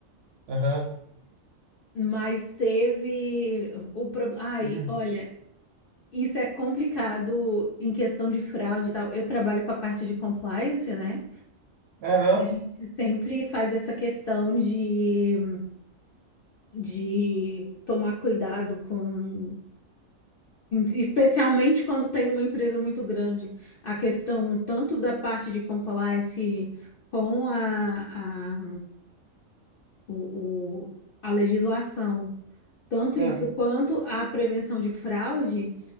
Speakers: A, on the right; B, on the left.
A: aham,
B: Mas teve o problema. Ai,
A: teve isso.
B: olha, isso é complicado em questão de fraude e tal. Eu trabalho com a parte de compliance, né?
A: aham,
B: A gente sempre faz essa questão de, de tomar cuidado com, especialmente quando tem uma empresa muito grande, a questão tanto da parte de compliance com a, a, o, o- a legislação, tanto
A: aham.
B: isso quanto a prevenção de fraude,